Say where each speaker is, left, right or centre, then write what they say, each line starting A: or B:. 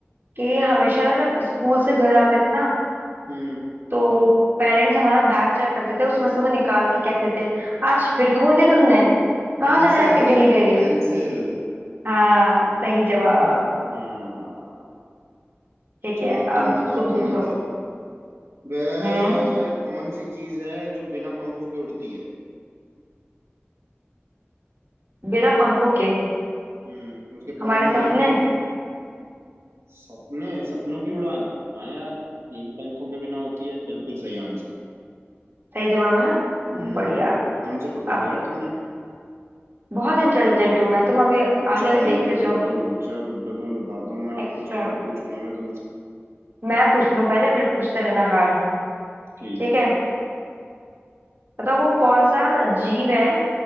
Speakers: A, on the right; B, on the right.
A: कि हमेशा ना जब स्कूल से घर आते थे ना
B: हम्म
A: तो पेरेंट्स हमारा बैग चेक करते थे उसमें से वो निकाल के कहते थे आज फिर खो दिया तुमने
B: पेंसिल
A: कहाँ चले जाती डेली डेली
B: पेंसिल
A: हाँ सही जवाब
B: हाँ
A: ठीक
B: चलो
A: है
B: अब तुम
A: अब
B: बताओ
A: तुम पूछो
B: तुम बताओ वह
A: हम्म
B: कौन सी चीज है जो बिना पंखों के उड़ती है
A: बिना पंखों के
B: हम्म उसके पंख
A: हमारे
B: नहीं
A: सपने
B: है फिर भी सपने सपनों की उड़ान हाँ यार ये भी पंखों के बिना होती है बिल्कुल सही आंसर
A: सही जवाब है ना
B: हम्म
A: बढ़िया
B: एकदम से पकड़
A: अब
B: लिया यार तुमने
A: बहुत इंटेलिजेंट हूं मैं तुम अभी
B: कुछ
A: आगे
B: ज्यादा
A: आगे देखते
B: इंटेलिजेंट
A: जाओ
B: हो रुक जाओ रुक जाओ तुम्हें बताता हूँ मैं
A: एक्स्ट्रा
B: अब कुछ हार्ड पूछूंगा मैं तुमसे
A: मैं पूछ लूं पहले फिर पूछते रहना हार्ड
B: ठीक
A: ठीक
B: है
A: है बताओ वो कौन सा जीव है